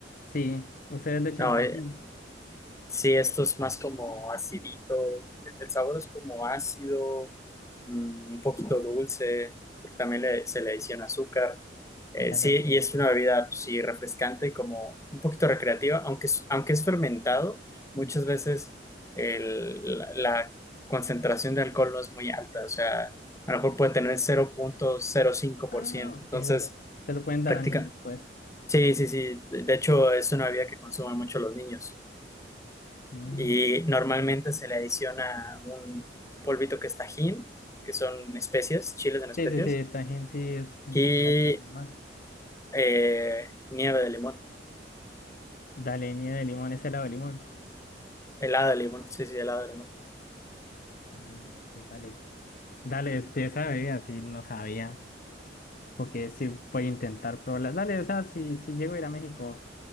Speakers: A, on the left; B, on the left.
A: Sí, ustedes le echan
B: No,
A: tajín.
B: eh, sí, esto es más como acidito, el, el sabor es como ácido, mm, un poquito dulce, porque también le- se le adiciona azúcar. Eh,
A: Dale,
B: sí,
A: ok.
B: y es una bebida, pues, sí, refrescante y como un poquito recreativa, aunque es, aunque es fermentado, muchas veces el- la, la concentración de alcohol no es muy alta, o sea, a lo mejor puede tener cero cero punto cero cinco por
A: Ah,
B: ciento,
A: ok,
B: entonces,
A: dale. Se lo pueden
B: práctica.
A: dar a niños, pues.
B: Sí, sí, sí, de de hecho es una bebida que consumen mucho los niños
A: Mm,
B: y normalmente se le adiciona un polvito que es Tajín, que son especias, chiles en especias,
A: Sí, sí, sí, tajín sí es un
B: y
A: poco más normal.
B: eh, nieve de limón.
A: Dale, nieve de limón, es helado de limón.
B: Helado de limón, sí, sí, helado de limón.
A: Ah, ok, dale. Dale, te sabía, sí, no sabía. Porque sí voy a intentar probarla. Dale, o sea, si, si llego a ir a México.